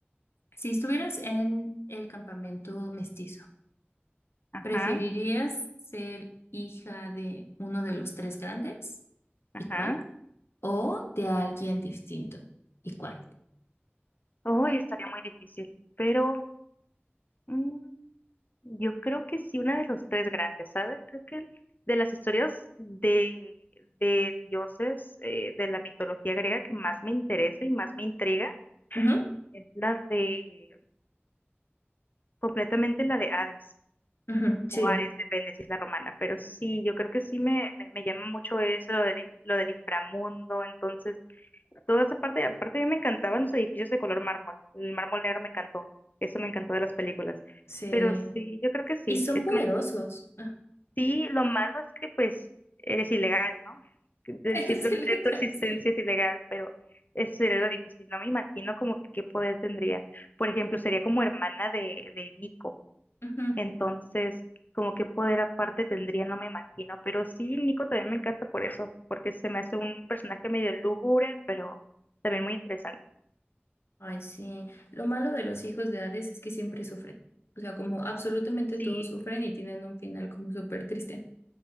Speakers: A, on the left; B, on the left.
A: Si estuvieras en el campamento mestizo,
B: Ajá,
A: ¿preferirías ser hija de uno de los tres grandes?
B: ajá.
A: ¿Y cuál? ¿O de alguien distinto? ¿Y cuál?
B: Uy, estaría muy difícil, pero mm, yo creo que sí, una de los tres grandes, ¿sabes? Creo que el- de las historias de, de dioses eh, de la mitología griega que más me interesa y más me intriga
A: Ujú,
B: es la de, completamente la de Hades
A: ujú, Sí,
B: o Ares, depende si es la romana, pero sí, yo creo que sí me, me, me llama mucho eso, lo del, lo del inframundo, entonces toda esa parte, aparte a mí me encantaban los edificios de color mármol, el mármol negro me encantó, eso me encantó de las películas,
A: sí.
B: pero sí, yo creo que sí,
A: Y son
B: eso
A: poderosos.
B: me- sí, lo malo es que pues eres ilegal, ¿no? Que-
A: <laughs>
B: que
A: Ese
B: Simplemente
A: le cansé.
B: tu existencia es ilegal, pero eso sería lo difícil, no me imagino como que qué poder tendría, por ejemplo, sería como hermana de, de Nico,
A: Ujú.
B: entonces... Como qué poder aparte tendría, no me imagino. Pero sí, Nico también me encanta por eso, porque se me hace un personaje medio lúgubre, pero también muy interesante.
A: Ay, sí. Lo malo de los hijos de Hades es que siempre sufren. O sea, como absolutamente
B: Sí,
A: todos sufren y tienen un final como súper triste.